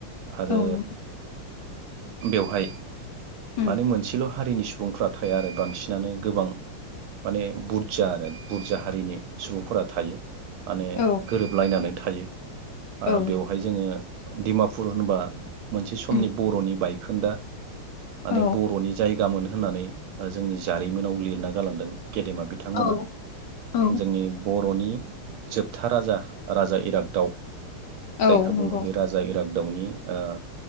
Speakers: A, on the right; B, on the left.
A: आरो
B: औ उम
A: बेवहाय
B: उम
A: माने मोनसेल' हारिनि सुबुंफ्रा थाया आरो बांसिनानो गोबां माने बुदजा आरो बुदजा हारिनि सुबुंफोरा थायो। माने
B: औ
A: गोरोबलायनानै थायो
B: औ
A: बेवहाय जोङो डिमापुर होनबा मोनसे समनि-
B: उम
A: खोनदा माने
B: औ
A: बर'नि जायगामोन होननानै जोंनि जारिमिनाव लिरना गालांदों। गेदेमा बिथांमोना
B: औ औ
A: जोंनि बर' बर'नि जोबथा राजा राजा इरागदाव जायखौ
B: औ नंगौ
A: बुङो बे राजा इराग दाउनि ओ